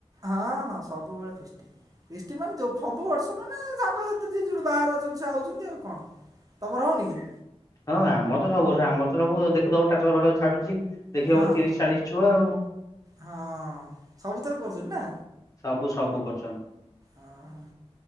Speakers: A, on the right; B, on the left.
A: ହଁ ହଁ ସବୁବେଳେ ଫିଷ୍ଟି। ଫିଷ୍ଟ ମାନେ ଯୋଉ ସବୁ ବର୍ଷ ମାନେ ସାଙ୍ଗସାଥି ଯିଏ ଯୋଉଠି ବାହାରେ ଅଛନ୍ତି ସେ ଆଉଛନ୍ତି ଆଉ କଣ। ତମର ହଉନି କି?
B: ହଁ ଆମର ତ ସବୁ ବର୍ଷ। ଆମର ତ ସବୁ ଦେଖୁଥବ ଷ୍ଟାଟସ୍ ଫାଷ୍ଟସ୍ ଛାଡୁଚି ଦେଖିବ
A: ହଁ।
B: ଆମ ତିରିଶ୍ ଚାଳିଶ୍ ଛୁଆ ଆଉ।
A: ହଁ ସବୁଥରେ କରୁଛନ୍ତି ନା।
B: ସବୁ ସବୁ କରୁଚନ୍ତି।
A: ଅ ହଁ।